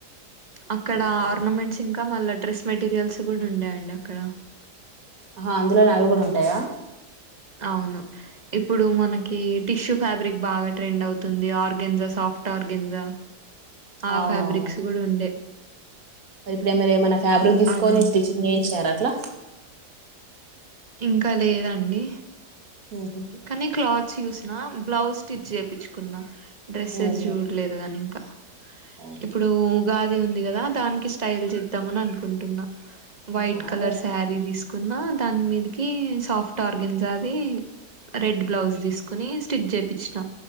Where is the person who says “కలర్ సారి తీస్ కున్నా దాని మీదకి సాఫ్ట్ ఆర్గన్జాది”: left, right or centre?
Right